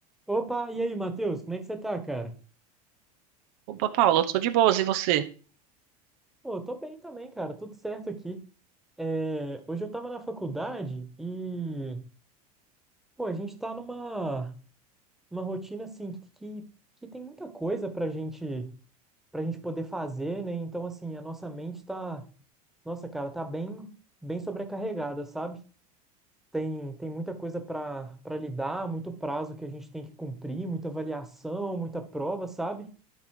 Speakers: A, in the centre; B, on the right (about 65°).
A: Opa, e aí, Matheus, como é que você tá, cara?
B: Opa, Paula, eu sou de boas, e você?
A: Pô, tô bem também, cara, tudo certo aqui. É, hoje eu tava na faculdade e, pô, a gente tá numa uma rotina, assim, que, que, que tem muita coisa pra gente, pra gente poder fazer, né? Então, assim, a nossa mente tá, nossa, cara, tá bem, bem sobrecarregada, sabe? Tem, tem muita coisa pra, pra lidar, muito prazo que a gente tem que cumprir, muita avaliação, muita prova, sabe?